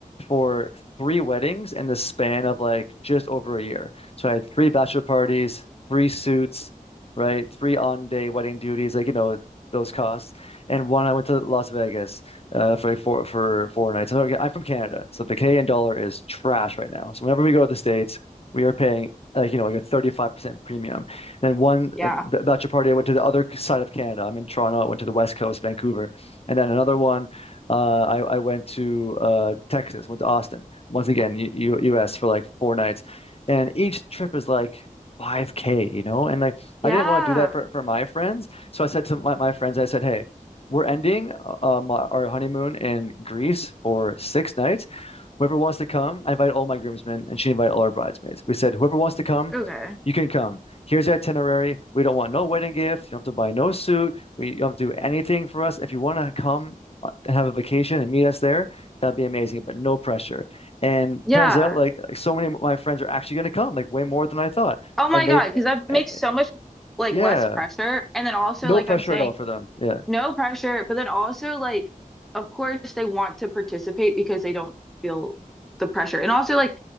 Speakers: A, on the left; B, in the centre.
A: for three weddings in the span of like just over a year. So I had three bachelor parties, three suits, right? Three on-day wedding duties, like, you know, those costs. And one, I went to Las Vegas uh, for like four for four nights. So, okay, I'm from Canada, so the Canadian dollar is trash right now. So whenever we go to the States, we are paying like you know like a 35% premium. And one
B: Yeah.
A: uh, b- bachelor party, I went to the other side of Canada. I'm in Toronto. I went to the West Coast, Vancouver, and then another one uh, I, I went to uh, Texas, went to Austin, once again, U U- US for like four nights. And each trip is like 5K, you know? And like,
B: Yeah.
A: I didn't want to do that for, for my friends. So I said to my, my friends, I said, hey, we're ending uh, um, our honeymoon in Greece for six nights. Whoever wants to come, I invite all my groomsmen, and she invited all our bridesmaids. We said, whoever wants to come,
B: Okay.
A: you can come. Here's the itinerary. We don't want no wedding gift. You don't have to buy no suit. We you don't have to do anything for us. If you want to come uh, and have a vacation and meet us there, that'd be amazing, but no pressure. And
B: Yeah.
A: turns out, like, like, so many of my friends are actually going to come, like way more than I thought.
B: Oh my
A: And they,
B: God, because that makes
A: uh,
B: so much like
A: yeah,
B: less pressure. And then also,
A: no
B: like
A: pressure
B: I'm saying,
A: at all for them. Yeah.
B: no pressure, but then also like of course they want to participate because they don't feel the pressure. And also like